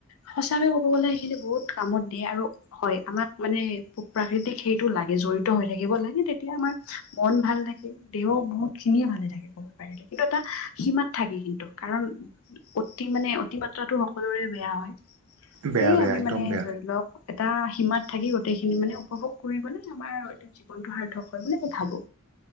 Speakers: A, on the left; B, on the right.
A: সঁচাকে ক'ব গ'লে সেইখিনি বহুত কামত দিয়ে আৰু হয় আমাক মানে পকুৰা তেতিয়া সেইটো লাগে জড়িত হৈ থাকিব লাগে তেতিয়া আমাৰ মন ভাল থাকে দেহ বহুত খিনিয়ে ভালে থাকে। কিন্তু এটা সীমাত থাকে কিন্তু কাৰণ অতি মানে অতিমাত্ৰাটো সকলোৰে বেয়া হয়।
B: বেয়া
A: সেয়ে
B: বেয়া
A: আমি
B: একদম
A: মানে
B: বেয়া
A: ধৰি লওক এটা সীমাত থাকি গোটেইখিনি মানে উপভোগ কৰিবলৈ আমাৰ এইটো জীৱনটো সাৰ্থক হয় বুলি মই ভাবো।